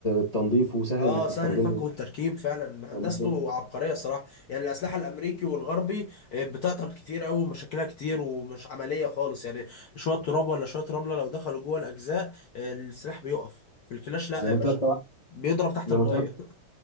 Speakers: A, on the left; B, on the left.
A: إن- تنظيفه وسهل
B: اه
A: انك تستخدمه
B: سهل الفك والتركيب فعلا هندسته
A: آه، بالظبط
B: عبقريه الصراحه يعني الاسلحه الامريكي والغربي آه، بتعطل كتير قوي ومشاكلها كتير ومش عمليه خالص يعني شويه تراب ولا شويه رمله لو دخلوا جوه الاجزاء آه، السلاح بيقف في الكلاش لا
A: زي ما
B: يا باشا
A: قلت لك طبعا
B: بيضرب تحت
A: زي
B: الميه
A: ما قلت لك